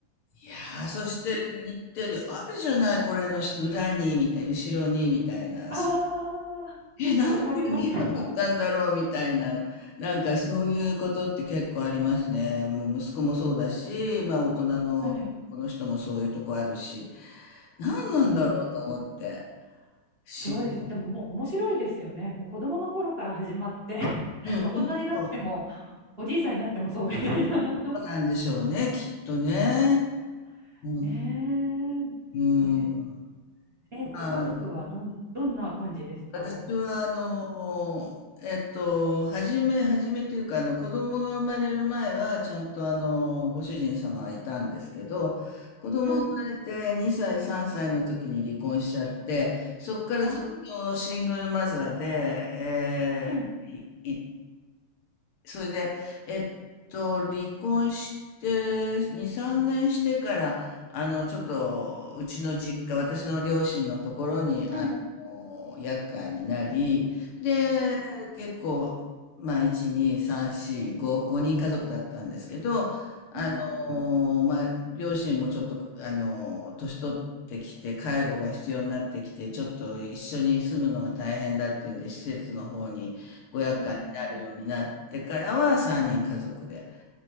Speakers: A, on the left; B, on the right.
A: いやー、そして言ってる、あるじゃない、これのし裏に、みたい、後ろに、みたいな。
B: ああ、
A: え、なんでこれ見えなかったんだろう、
B: わかります。
A: みたいな。なんかそういうことって結構ありますね。もう息子もそうだし、まあ大人のこの人もそういうとこあるし、
B: はい。
A: 何なんだろうと思って。
B: うん
A: 不思議。
B: そうです。でももう面白いですよね。もう子供の頃から始まって <laughs>
A: うん、
B: 大人になっても、
A: そうそう
B: おじいさんになってもそうみたいな
A: そうなんでしょうね、きっとね。
B: <laughs>
A: うん、
B: ねえ。
A: う
B: え
A: ん。
B: ええ、ご家族はどん、
A: まあ
B: どんな感じですか
A: 私は、あの、えっと、初め、初めというか、あの、子供が生まれる前は、ちゃんと、あの、ご主人様はいたんですけど、子供生まれて2歳、
B: はい。
A: 3歳の時に離婚しちゃって、そこからずっとシングルマザーで、
B: あ
A: えー、
B: あ、はい。
A: いいそれで、えっと、離婚して、2、3年してから、あの、ちょっと、うちの実家、私の両親のところに、
B: うん。
A: あの、厄介になり、で、
B: うん。
A: 結構、まあ、1、2、3、4、5、5人家族だったんですけど、あの、
B: うん。
A: まあ、両親もちょっと、あの、年取ってきて、介護が必要になってきて、ちょっと一緒に住むのが大変だっていうんで、施設の方にご厄介なるようになってからは3人家族で
B: うん。